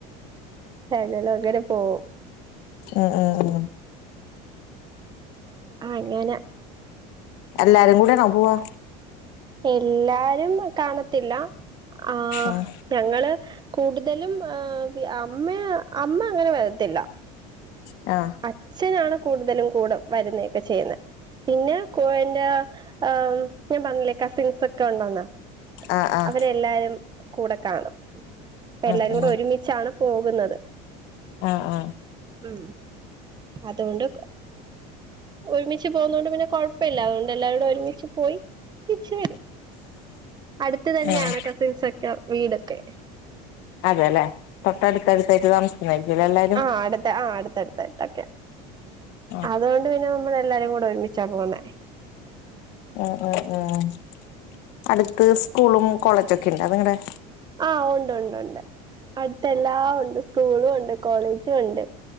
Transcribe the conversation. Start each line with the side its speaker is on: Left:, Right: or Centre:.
Right: ഞങ്ങളും അങ്ങനെ പോവും.
Left: ആ ആ ആ.
Right: ആഹ അങ്ങനെ
Left: എല്ലാരും കൂടെ ആണോ പോവാ?
Right: എല്ലാരും കാണത്തില്ല ആഹ.
Left: ഉം
Right: ഞങ്ങള് കൂടുതലും അമ്മ അമ്മ അങ്ങനെ വരത്തില്ല.
Left: ആ
Right: അച്ഛനാണ് കൂടുതലും കൂടെ വരുന്നയൊക്കെ ചെയ്യുന്നെ. പിന്നെ കോയന്റെ ആ ഇപ്പം പറഞ്ഞില്ലേ കസിൻസ് ഒക്കെ ഉണ്ടന്ന.
Left: ആഹ് ആഹ്
Right: അങ്ങനെ എല്ലാരും കൂടെ കാണും അപ്പം എല്ലാരും
Left: ഉം
Right: കൂടെ
Left: ഉം
Right: ഒരുമിച്ചാണ്. പോകുന്നത്.
Left: ആ ആ.
Right: ഉ അതുകൊണ്ട് ഒരുമിച്ച് പോകുന്നോണ്ട് പിന്നെ കൊഴ ഴപ്പമില്ല അതോണ്ട് എല്ലാരൂടെ ഒരുമിച്ച് പോയി തിരിച്ച് വരും. അടുത്ത് തന്നെയാണ്
Left: ആഹ്
Right: കസിൻസൊക്കെ വീടൊക്കെ.
Left: അതെല്ലെ തൊട്ടടുത്തടുത്തായിട്ട് താമസിക്കുന്നതായിരിക്കില്ല എല്ലാരും.
Right: അടു ആ അടുത്തടുത്തായിട്ടൊക്കെ
Left: ഉം
Right: അതൊ പിന്നെ നമ്മളെല്ലാരും കൂടെ ഒരുമിച്ചാ പോകുന്നെ.
Left: ഉ ഉ ഉം അടുത്ത് സ്കൂളും കോളേജൊക്കെ ഉണ്ട് നിങ്ങടെ.
Right: ആ ഒണ്ട് ഒണ്ട് ഒണ്ട്. അടുത്തെല്ലാം ഉണ്ട് സ്കൂളും ഉണ്ട് കോളേജും ഉണ്ട്